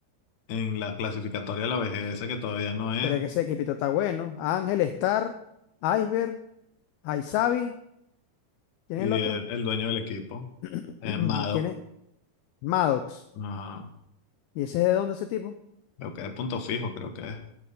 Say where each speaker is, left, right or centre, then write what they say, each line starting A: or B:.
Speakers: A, on the left (about 60°); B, on the left (about 75°).
A: en la clasificatoria de la vejez,
B: Sí.
A: que todavía no es,
B: Pero es que ese equipito está bueno. Ángel, Star, Iceberg, Aizabi. ¿Quién
A: y
B: es el otro?
A: el, el dueño del equipo,
B: <clears throat>
A: eh, Mado,
B: ¿Quién es? Maddox.
A: ajá,
B: ¿Y ese es de dónde ese tipo?
A: creo que es punto fijo, creo que es.